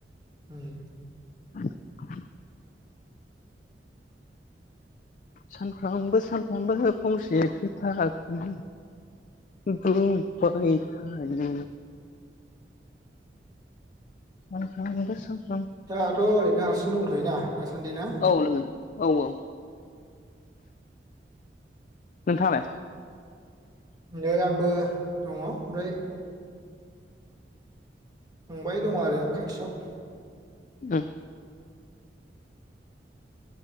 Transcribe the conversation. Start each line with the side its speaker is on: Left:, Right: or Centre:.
Right: ओम
Left: <unintelligible> सानफ्रामबो सानफ्रामबो फंसे खोथाखौनो बुंबाय थायो सानफ्रामबो सानफ्रामबो
Right: दाथ' ओरैनो हारसिं दंथ'योना? दासान्दि ना?
Left: औ लोगो औ औ नोंथाङालाय?
Right: नै आंबो दङ ओमफ्राय फंबाय दं आरो खाथियाव।
Left: ओं